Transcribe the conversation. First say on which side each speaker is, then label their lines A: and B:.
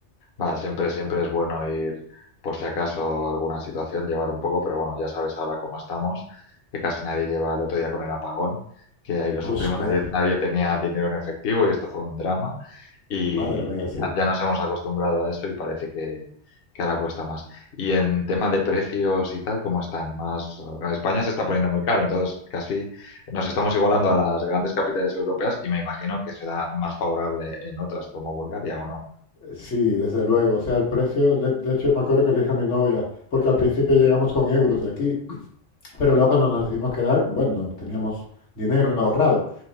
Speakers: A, on the left; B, on the left.
A: Va, siempre, siempre es bueno ir, por si acaso alguna situación, llevar un poco, pero bueno, ya sabes ahora cómo estamos, que casi nadie lleva el otro día con el apagón, que ahí lo sufrimos,
B: Hostia,
A: nadie, nadie tenía dinero en efectivo y esto fue un drama y,
B: madre mía,
A: y
B: sí.
A: ya, ya nos hemos acostumbrado a eso y parece que, que ahora cuesta más. Y en tema de precios y tal, ¿cómo están? Más, eh, España se está poniendo muy caro, entonces casi nos estamos igualando a las grandes capitales europeas y me imagino que será más favorable en otras como Bulgaria o no.
B: Sí, desde luego. O sea, el precio, de, de hecho, me acuerdo que le dije a mi novia, porque al principio llegamos con euros de aquí, pero luego cuando nos decidimos quedar, bueno, teníamos dinero ahorrado.